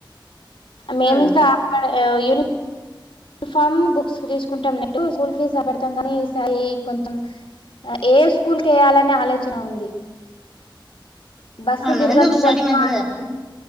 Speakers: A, on the left (about 85°); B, in the centre.
A: మేమి
B: ఉమ్
A: అక్కడ యూనిఫ్ ఫామ్ బుక్స్ తీసుకుంటాం నట్టు స్కూల్ ఫీజ్ అడ్ బెండ్తామ్ కాని ఈ సరి కొంచం ఏ స్కూల్ కి వేయాలనే ఆలోచన ఉంది బస్సు
B: అవునా
A: తిర్గకపోతే
B: ఎందుకు స్టడీ మంచిగా
A: మత్
B: లేదా అక్క